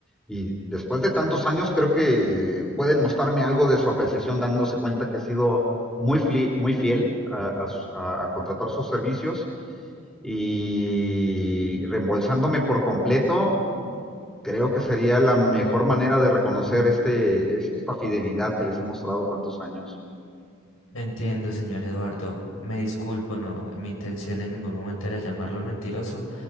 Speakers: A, in the centre; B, on the left.
A: y después de tantos años creo que pueden mostrarme algo de su apreciación dándose cuenta que he sido muy, muy fiel a, a- a contratar sus servicios y reembolsándome por completo, creo que sería la mejor manera de reconocer este, es- esta fidelidad que les he mostrado tantos años.
B: Entiendo, señor Eduardo. Me disculpo, no, mi intención en ningún momento era llamarlo mentiroso,